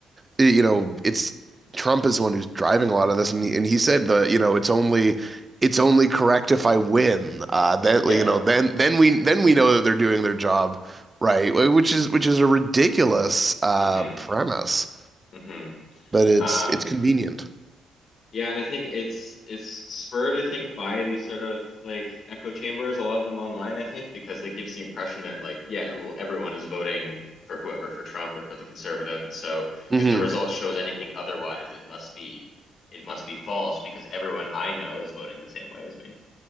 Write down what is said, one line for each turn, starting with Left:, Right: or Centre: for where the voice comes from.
Right: you know, it's Trump is the one who's driving a lot of this, and he, and he said the you know it's only it's only correct if I win. Uh, then
Left: Yeah.
Right: you know then then we then we know that they're doing their job right, which is which is a ridiculous uh,
Left: Mm-hmm.
Right: premise,
Left: Mm-hmm.
Right: but it's
Left: Um,
Right: it's convenient.
Left: yeah, and I think it's it's spurred, I think, by these sort of like echo chambers, a lot of them online, I think, because it gives the impression that like, yeah, well, everyone is voting for whoever, for Trump or for the conservative. And so
Right: hmm
Left: if the result shows anything otherwise, it must be it must be false because everyone I know is voting the same way as me.